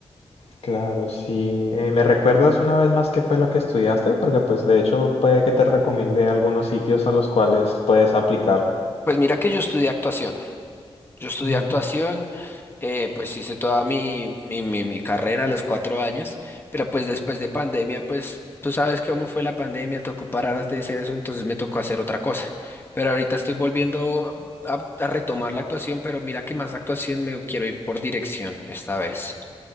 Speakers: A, on the left (about 70°); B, on the left (about 20°).
A: Claro, sí. Eh, ¿me recuerdas una vez más qué fue lo que estudiaste? Porque pues de hecho puede que te recomiende algunos sitios a los cuales puedes aplicar.
B: Pues mira que yo estudié actuación. Yo estudié
A: Ujú.
B: actuación, eh, pues hice toda mi, mi, mi, mi carrera a los cuatro años, pero pues después de pandemia, pues tú sabes cómo fue la pandemia, tocó parar de hacer eso, entonces me tocó hacer otra cosa. Pero ahorita estoy volviendo a, a retomar la actuación, pero mira que más actuación me quiero ir por dirección esta vez.